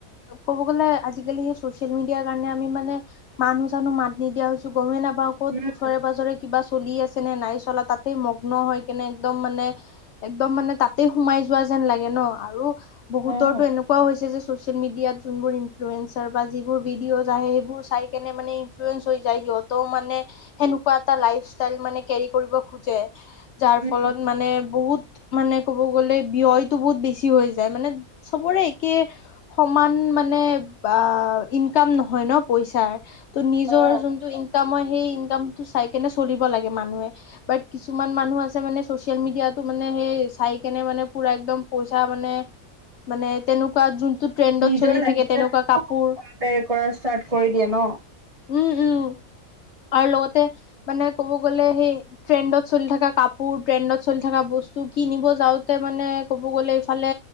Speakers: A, on the left (about 60°); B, on the right (about 25°).
A: ক'ব গ'লে আজিকালি সেই চচিয়েল মিডিয়াৰ কাৰণে আমি মানে মানুহ চানুহ মাত নিদিয়া হৈছো গমেই নাপাওঁ ক'ত
B: উম
A: ওচৰে পাজৰে কিবা চলি আছে নে নাই চলা, তাতেই মগ্ন হৈ কেনে একদম মানে একদম মানে তাতেই সোমাই যোৱা যেন লাগে ন আৰু বহুতৰটো
B: উম
A: এনেকুৱাও হৈছে যে ছ'চিয়েল মিডিয়াত যোনবোৰ ইনফ্লুৱেঞ্চাৰ বা যিবোৰ ভিডিঅ'জ আহে সেইবোৰ চাই কেনে মানে ইন্লুৱেঞ্চ হৈ যায় সিহঁত ত মানে সেনেকুৱা এটা লাইফ ষ্টাইল মানে কেৰি কৰিব খোজে। যাৰ ফলত
B: উম
A: মানে বহুত মানে ক'ব গ'লে ব্যয়তো বহুত বেছি হৈ যায় মানে চবৰে একেই সমান মানে বা ইন ইনকম নহয় ন পইচাৰ ত নিজৰ
B: অ
A: যোনটো ইনকামৰ সেই ইনকামটো চাই কেনে চলিব লাগে মানুহে। বাট কিছুমান মানুহ আছে মানে চচিয়েল মিডিয়াতো মানে সেই চাই কেনে মানে। পুৰা একদম পইচা মানে মানে তেনেকুৱা যোন টো ণ্টেণ্ডত
B: নিজৰ
A: চলি
B: লাইফষ্টাইলটো
A: থাকে তেনেকুৱা কাপোৰ।
B: কম্পেয়াৰ কৰা ষ্টাৰ্ট কৰি দিয়ে ন
A: উম, উম আৰু লগতে মানে ক'ব গ'লে সেই ট্ৰেণ্ডত চলি থকা কাপোৰ ট্ৰেণ্ডত চলি থকা বস্তু কিনিব যাওঁতে মানে ক'ব গ'লে, ইফালে